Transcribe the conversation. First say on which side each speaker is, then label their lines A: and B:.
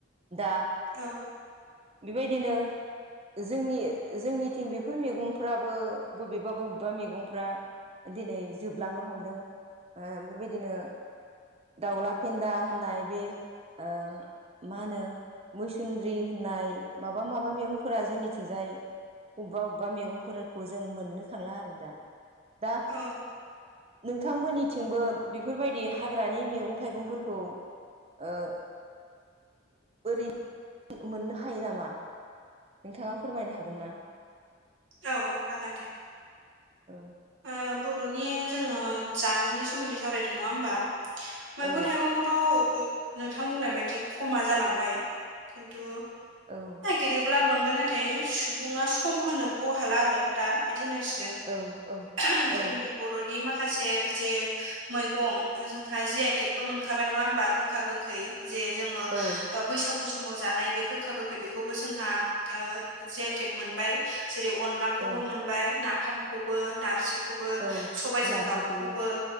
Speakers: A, on the right; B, on the right.
A: दा
B: औ
A: बेबायदिनो जोंनि जोंनिथिं बेफोर मैगंफ्राबो बबेबा बबेबा मैगंफ्रा दिनै जोबलांनो हमदों, ओ बेबायदिनो दाउला फेन्दा होननाय बे
B: <inaudible>
A: ओ मा होनो मैसुन्द्रि होननाय माबा माबा मैगंफोरा जोंनिथिंजाय अबबा अबबा मैगंफोरखौ जों मोननो थांला आरो दा। दा
B: औ
A: नोंथांमोननिथिंबो बेफोरबायदि हाग्रानि मैगं थाइगंफोरखौ ओ ओरैनो मोननो हायो नामा? नोंथाङा फोरमायनो हागोन ना?
B: औ औ हागोन दे।
A: औ
B: ओ बर'नि जोङो जामुंनि सोमोन्दै सावरायदों नङा होमबा? मैगं
A: औ
B: थाइगंखौ थ' नोंथां बुंनाय बायदि खमा जालांबाय खिन्थु
A: औ
B: फेदेरोब्ला मोनगोन नाथाय सुबुङा सम होनोखौ हाला आरो दा बिदि होनांसिगोन गोन
A: औ
B: ओ हम जोंनि
A: औ
B: बर'नि माख माखासे जे मैगं जोंहा जि आइ टेकबो मोनखाबाय नङा होमबा गोखा गोखै जे जोङो
A: औ
B: बैसागु सम समाव जानाय बे गोखा गोखै बेखौबो जोंहा जि आइ टेक मोनबाय जेरै अनला खौबो
A: औ
B: मोनबाय ना फामखोबो नारजि खौबो
A: औ
B: स'बायजों
A: नारजिखौबो
B: दाउखौबो